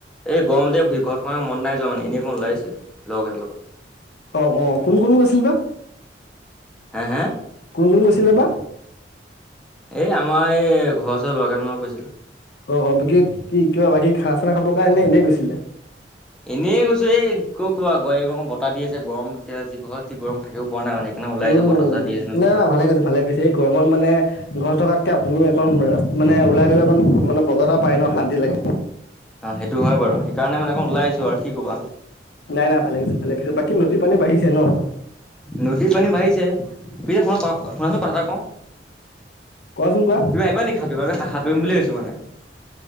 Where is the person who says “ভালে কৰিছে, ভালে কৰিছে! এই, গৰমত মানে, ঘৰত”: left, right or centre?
Left